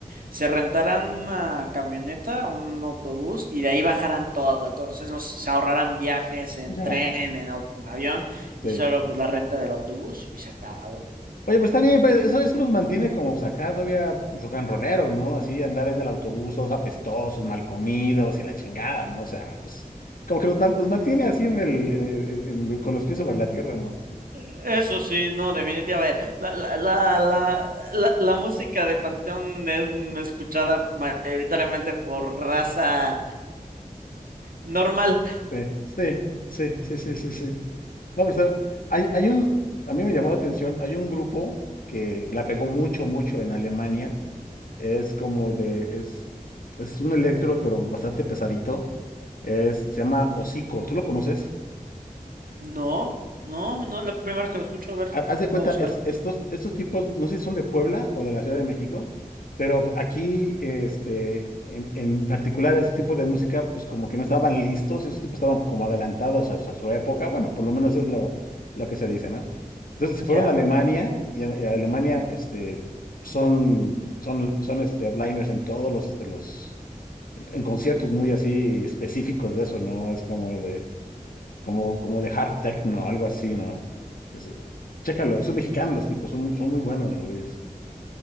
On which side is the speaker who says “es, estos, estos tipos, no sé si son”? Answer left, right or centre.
Left